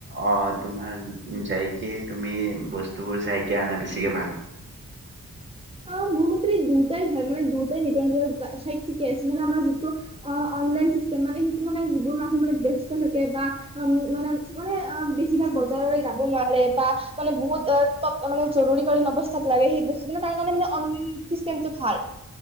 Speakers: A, on the right; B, on the right.
A: অ তোমাৰ যাইকে তুমি বস্তুবোৰ চাইকে আনা বেছিকে ভাল
B: অ মোৰ মতে দি দুটাই ভাল মানে দুটাই নি ব অ চাইত থিকে আছে মানে আমাৰ যিটো অ অনলাইন চিষ্টেম মানে সেইটো মানে যিবোৰ মানুহ ব্যস্ত থাকে বা <unintelligible> অ মানে মানে অ বেছিভাগ বজাৰলৈ যাব নোৱাৰে বা মানে বহুত অত তত জৰুৰী কালীন অৱস্থাত লাগে সেই বস্তুবিলাক কাৰণে মানে অনলাইন চিষ্টেমটো ভাল